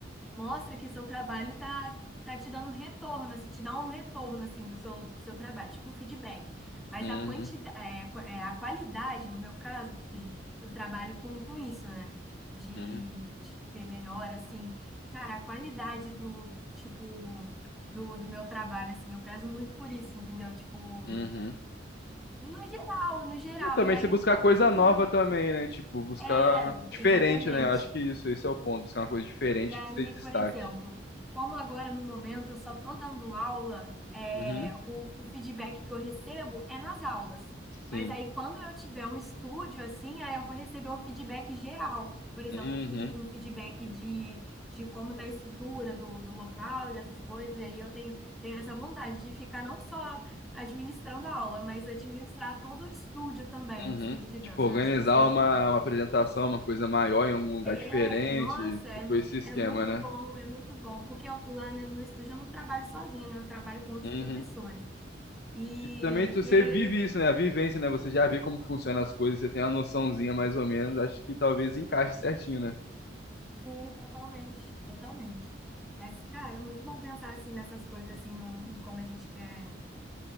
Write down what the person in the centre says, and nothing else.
mostra que seu trabalho tá, tá te dando retorno, assim, te dá um retorno assim do seu, do seu trabalho, tipo um feedback. Mas
a quantidade, a qualidade, no meu caso, porque eu trabalho com, com isso, né? De,
de ver melhor, assim, cara, a qualidade do, tipo, do, do meu trabalho, assim, eu prezo muito por isso, entendeu? Tipo,
no geral, no geral.
E aí,
para
um futuro,
é,
exatamente.
E aí,
por exemplo, como agora no momento eu só estou dando aula, é,
o, o feedback que eu recebo é nas aulas.
Mas aí, quando eu tiver um estúdio assim, aí eu vou receber um feedback geral. Por exemplo,
um feed- um feedback de, de como está a estrutura do, do local e essas coisas. E aí eu tenho, tenho essa vontade de ficar não só administrando a aula, mas administrar todo o estúdio também,
o estúdio de
dança.
Eu acho que seria
é,
nossa, é,
mu-
é muito
bom, é muito bom, porque eu- lá ne- no estúdio eu não trabalho sozinha, né? Eu trabalho com outros
professores. E,
e aí,
eu-
sim, totalmente, totalmente. Mas, cara, é muito bom pensar assim nessas coisas, assim, no, em como a gente quer,